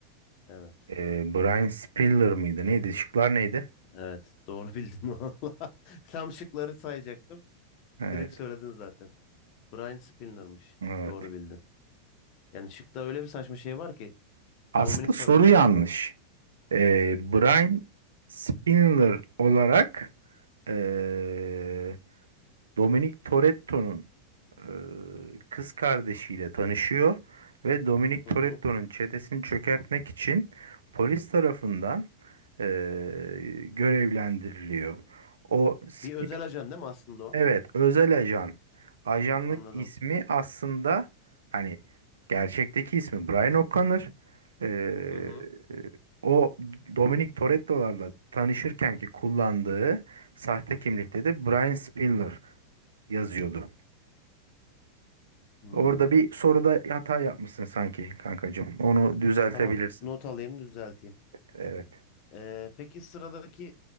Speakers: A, on the left; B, on the right.
A: Evet.
B: Ee, Brian Spiller mıydı? Neydi? Şıklar neydi?
A: Evet. Doğru bildin <laughs> valla. Tam şıkları sayacaktım.
B: Evet.
A: Direkt söyledin zaten. Brian Spinner'mış.
B: Evet.
A: Doğru bildin. Yani şıkta öyle bir saçma şey var ki
B: Aslında
A: Dominic
B: soru
A: Toretto
B: yanlış.
A: var.
B: Ee, Brian
A: Neden?
B: Spiller olarak ee, Dominic Toretto'nun ee, kız kardeşiyle tanışıyor ve Dominic Toretto'nun
A: Hı hı.
B: çetesini çökertmek için polis tarafından ee, görevlendiriliyor. O Sp-
A: Bir özel ajan değil mi aslında o?
B: Evet, özel ajan. Ajanlık
A: Anladım.
B: ismi aslında hani gerçekteki ismi Brian O'Connor. Ee,
A: Hı hı.
B: o Dominic Toretto'larla tanışırken ki kullandığı sahte kimlikte de Brian Spiller yazıyordu.
A: Hmm.
B: Orada bir soruda hata yapmışsın sanki kankacığım. Onu düzeltebilirsin.
A: Tamam not alayım düzelteyim.
B: Evet.
A: Ee, peki sıradaki